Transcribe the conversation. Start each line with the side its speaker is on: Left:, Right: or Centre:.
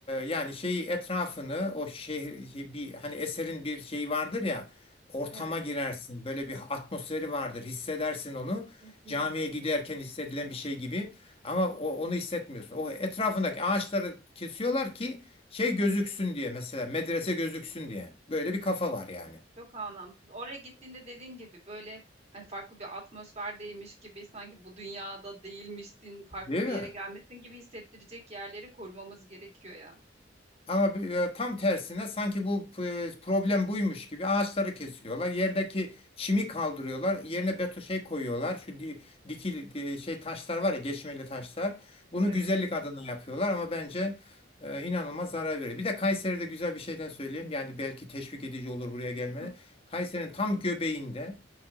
Left: yani şeyi etrafını o şehir şey bir hani eserin bir şeyi vardır ya ortama
Right: Evet.
Left: girersin böyle bir atmosferi vardır hissedersin onu
Right: Kesinlikle.
Left: camiye giderken hissedilen bir şey gibi ama o, onu hissetmiyorsun. O etrafındaki ağaçları kesiyorlar ki şey gözüksün diye mesela medrese gözüksün diye böyle bir kafa var yani
Right: Çok anlamsız. Oraya gittiğinde dediğin gibi böyle hani farklı bir atmosferdeymiş gibi sanki bu dünyada değilmişsin, farklı
Left: değil
Right: bir
Left: mi?
Right: yere gelmesin gibi hissettirecek yerleri korumamız gerekiyor ya.
Left: Ama bir- e, tam tersine sanki bu e, problem buymuş gibi ağaçları kesiyorlar. Yerdeki çimi kaldırıyorlar. Yerine beton şey koyuyorlar. Şu di- dikil e, şey taşlar var ya geçmeli taşlar. Bunu
Right: Evet.
Left: güzellik adına yapıyorlar ama bence e, inanılmaz zarar veriyor. Bir de Kayseri'de güzel bir şeyden söyleyeyim. Yani belki teşvik edici olur buraya gelmeni.
Right: <laughs>
Left: Kayseri'nin tam göbeğinde